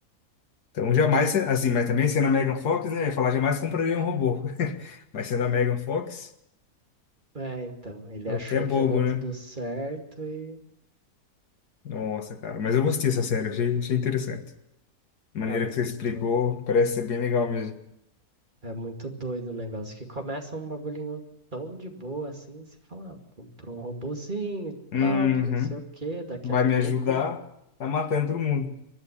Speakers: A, on the left (about 80°); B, on the right (about 30°).
A: Então, jamais, assim, mas também sendo a Megan Fox, né? Eu ia falar, jamais compraria um robô. <laughs> Mas sendo a Megan Fox,
B: É, então, ele
A: qualquer
B: achou que
A: bobo,
B: ia dar
A: né?
B: tudo certo e,
A: Nossa, cara. Mas eu gostei dessa série, achei, achei interessante. A
B: cara,
A: maneira que
B: é muito,
A: você explicou, parece ser bem legal mesmo.
B: é muito doido o negócio. Que começa um bagulhinho tão de boa assim, você fala, ah, comprou um robozinho e
A: Uhum.
B: tal, que não sei o quê, daqui
A: Vai
B: a
A: me
B: pouco,
A: ajudar, tá matando todo mundo.